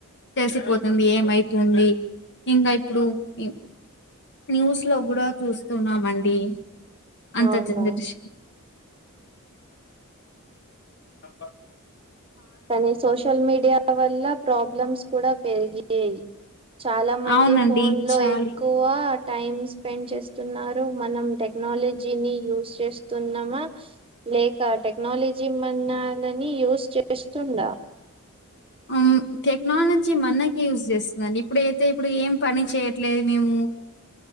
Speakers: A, on the left (about 50°); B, on the right (about 25°).
A: తెలిసిపోతుం. ఏమైతుంది ఇంకా ఇప్పుడు ఏం. న్యూస్ లో గుడా చూస్తున్నామండి అంత
B: అవును
A: చెంది. ఆహ్.
B: కానీ సోషల్ మీడియా వల్ల ప్రాబ్లమ్స్ కూడా పెరిగాయి. చాలా మంది
A: అవునండి
B: ఫోన్ లో
A: చాలి
B: ఎక్కువ టైమ్ స్పెండ్ చేస్తున్నారు మనం టెక్. టెక్నాలజీని యూస్ చేస్తున్నామా లేక టెక్నాలజీ మనాలని యూస్ చేస్. చేస్తుందా.
A: ఉమ్. టెక్నాలజీ మనకి యూజ్ చేస్తుందండి ఇప్పుడయితే ఇప్పుడు ఏం పని చేయట్లేదు మేము.